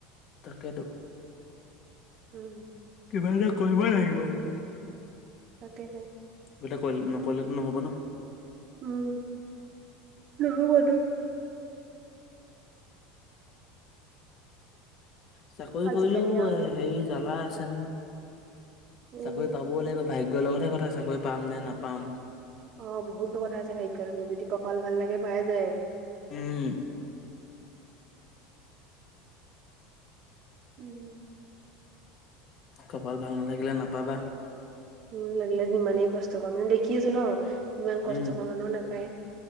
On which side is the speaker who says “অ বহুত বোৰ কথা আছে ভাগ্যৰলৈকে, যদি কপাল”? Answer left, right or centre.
Right